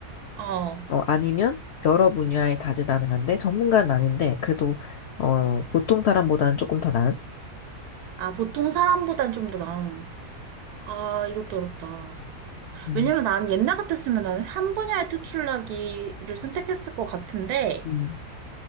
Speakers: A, on the right; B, on the left.
A: 어.
B: 어, 아니면 여러 분야에 다재다능한데 전문가는 아닌데 그래도 어, 보통 사람보다는 조금 더 나은.
A: 아, 보통 사람보단 좀 더 나은. 아, 이것도 어렵다.
B: 음,
A: 왜냐면 나는 옛날 같았으면 나는 한 분야에 특출나기를 선택했을 것 같은데,
B: 음,